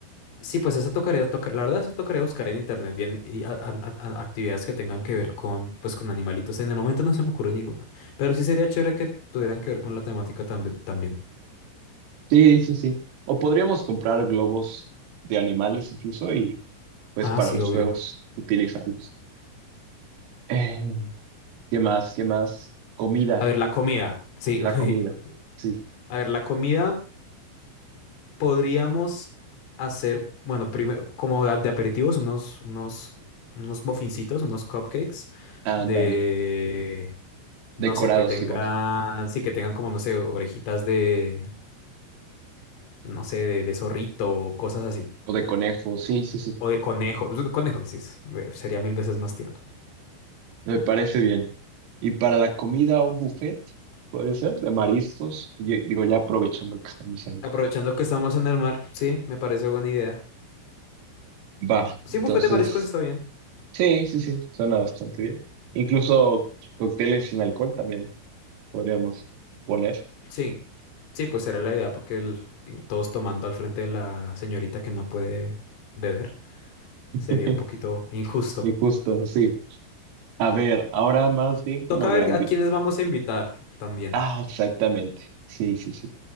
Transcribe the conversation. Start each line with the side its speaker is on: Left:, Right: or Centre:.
Left: sí, pues esa tocaría, toca- la verdad, esa tocaría buscar en internet bien y a- a- a- a- actividades que tengan que ver con, pues, con animalitos. En el momento no se me ocurre ninguna, pero sí sería chévere que tuvieran que ver con la temática tambi- también.
Right: Sí, sí, sí. O podríamos comprar globos de animales incluso y, pues,
Left: Ah,
Right: para
Left: sí,
Right: los
Left: obvio.
Right: juegos utilizarlos. Eh, ¿qué más? ¿Qué más? Comida,
Left: A ver, la comida. Sí,
Right: la
Left: <laughs>
Right: comida.
Left: uy, uy.
Right: Sí,
Left: a ver, la comida podríamos hacer, bueno, primero, como de, de aperitivos, unos, unos, unos muffincitos, unos cupcakes
Right: ándale.
Left: de,
Right: Decorados
Left: no sé, que tengan,
Right: igual.
Left: sí, que tengan como, no sé, orejitas de, no sé, de, de zorrito o cosas así.
Right: O de conejo, sí, sí, sí.
Left: O de conejo. Pues, Conejo, sí, es- sería mil veces más tierno.
Right: Me parece bien. Y para la comida, un buffet, podría ser, de mariscos. Yo- digo, ya aprovechando que estamos ahí.
Left: Aprovechando que estamos en el mar, sí, me parece buena idea.
Right: Va,
Left: Sí,
Right: entonces,
Left: un bufete de mariscos está bien.
Right: sí, sí, sí, suena bastante bien. Incluso cócteles sin alcohol también podríamos poner.
Left: Sí. Sí, pues será la idea, porque el- todos tomando al frente de la señorita que no puede beber
Right: <laughs>
Left: sería un poquito injusto.
Right: Y justo, sí. A ver, ahora más bien como
Left: Toca
Right: de
Left: ver
Right: ambi...
Left: a quiénes vamos a invitar también.
Right: Ah, exactamente. Sí, sí, sí.